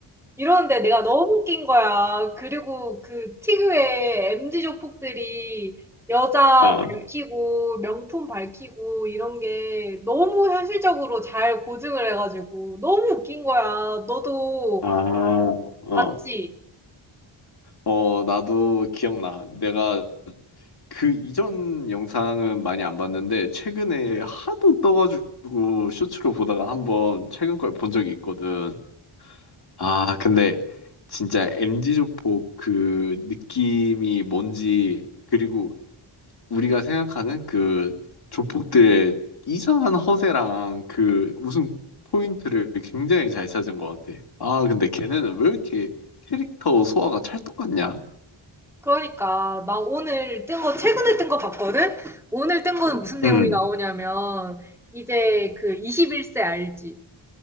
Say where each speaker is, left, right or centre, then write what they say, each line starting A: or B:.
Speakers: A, in the centre; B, on the left (about 50°).
A: 이러는데 내가 너무 웃긴 거야. 그리고 그 특유의 MZ 조폭들이 여자
B: 아,
A: 밝히고 명품 밝히고 이런 게 너무 현실적으로 잘 고증을 해가지고 너무 웃긴 거야. 너도
B: 아, 어,
A: 봤지?
B: 어, 나도 기억나. 내가 그 이전 영상은 많이 안 봤는데 최근에 하도 떠가지고 쇼츠로 보다가 한번 최근 걸 본 적이 있거든. 아, 근데 진짜 m g 조폭 그 느낌이 뭔지 그리고 우리가 생각하는 그 조폭들의 이상한 허세랑 그 웃음 포인트를 굉장히 잘 찾은 것 같아. 아, 근데 걔네는 왜 이렇게 캐릭터 소화가 찰떡 같냐?
A: 그러니까 나 오늘 뜬 거 최근에 뜬 거 봤거든? 오늘 뜬 거는 무슨 내용이
B: 음.
A: 나오냐면 이제 그 21세 알지?